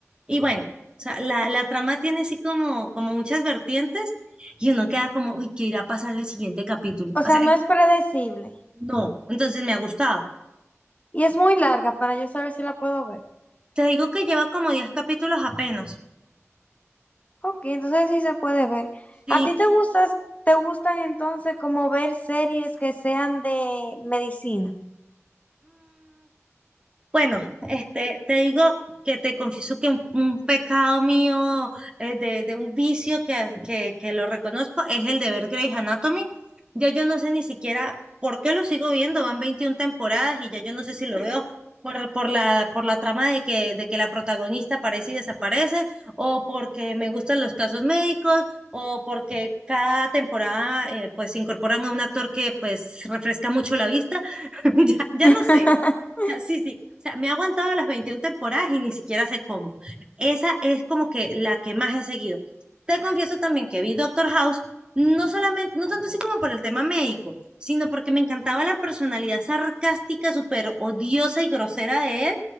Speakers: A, on the right; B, on the left.
A: y bueno, o sea, la, la trama tiene así como, como muchas vertientes y uno queda como, uy, ¿qué irá a pasar el siguiente capítulo?
B: O sea,
A: O sea,
B: no es predecible.
A: no, entonces me ha gustado.
B: Y es muy larga para yo saber si la puedo ver.
A: Te digo que lleva como 10 capítulos apenas.
B: Ok, entonces sí se puede ver.
A: Sí,
B: ¿A ti te gustas, te gustan entonces como ver series que sean de medicina?
A: Bueno, este, te digo que te confieso que un, un pecado mío, eh, de, de un vicio que, que, que lo reconozco, es el de ver Grey's Anatomy. Yo, yo no sé ni siquiera por qué lo sigo viendo, van 21 temporadas y ya yo no sé si lo veo por, por la, por la trama de que, de que la protagonista aparece y desaparece, o porque me gustan los casos médicos, o porque cada temporada eh, pues incorporan a un actor que pues refresca mucho la vista. <laughs> Ya, ya
B: <laughs>
A: no sé. <laughs> Sí, sí. O sea, me ha aguantado las 21 temporadas y ni siquiera sé cómo. Esa es como que la que más he seguido. Te confieso también que vi Doctor House, no solamente, no tanto así como por el tema médico, sino porque me encantaba la personalidad sarcástica, súper odiosa y grosera de él.